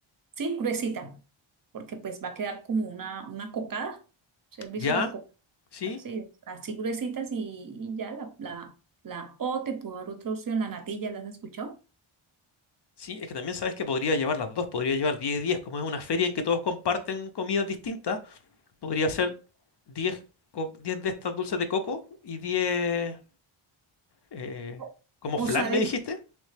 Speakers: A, on the right; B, on the left.
A: sí, gruesita, porque pues va a quedar como una, una cocada. ¿Se has visto
B: Ya,
A: la cocada?
B: sí,
A: Así es, así gruesitas y, y ya la, la, la O te puedo dar otra opción, la natilla, ¿las has escuchado?
B: sí, es que también sabes que podría llevar las dos, podría llevar 10 días, como es una feria en que todos comparten comidas distintas, podría ser 10, co- 10 de estas dulces de coco y 10, eh,
A: O
B: como
A: o
B: flan,
A: sabes,
B: me dijiste,